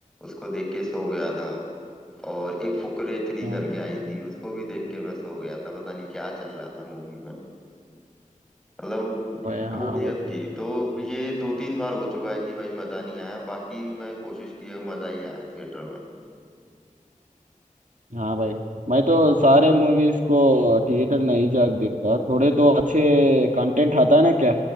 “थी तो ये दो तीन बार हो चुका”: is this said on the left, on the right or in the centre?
Centre